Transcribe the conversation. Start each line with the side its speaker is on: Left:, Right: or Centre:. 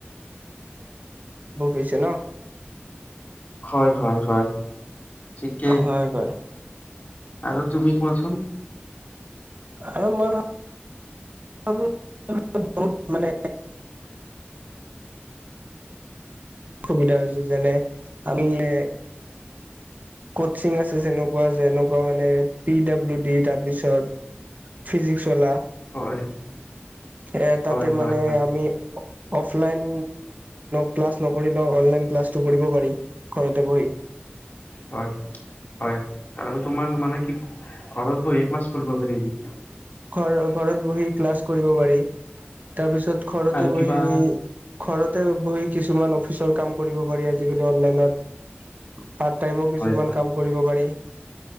Right: হৈছে ন?
Left: হয়! হয়! হয়! ঠিকেই
Right: হয়! ব
Left: আৰু তুমি কোৱাচোন?
Right: আৰু মই ভাবো বহুত মানে সুবিধা হৈছে যেনে আনিলে কচিং আছে যেনেকুৱা, যেনেকুৱা মানে পি ডাব্লিউ ডি তাৰপিছত ফিজিক্স ৱালা।
Left: হয়!
Right: এ তাতে
Left: হয় হয়
Right: মানে
Left: হয়
Right: আমি অফলাইন ক্লাছ নকৰিলেও, অনলাইন ক্লাছটো কৰিব পাৰি ঘৰতে বহি।
Left: হয়! হয়! আৰু তোমাৰ মানে কি ঘৰত ববহি ক্লাছ কৰিব পাৰি যি
Right: ঘৰ ঘৰত বহি ক্লাছ কৰিব পাৰি তাৰপিছত, ঘৰতে
Left: আৰু
Right: বহি
Left: কিবা
Right: ঘৰতে বহি কিছুমান অফিচৰ কাম কৰিব পাৰি, আজিকালি অনলাইনত। পাৰ্ট টাইমো কিছুমান
Left: হয়!
Right: কাম কৰিব পাৰি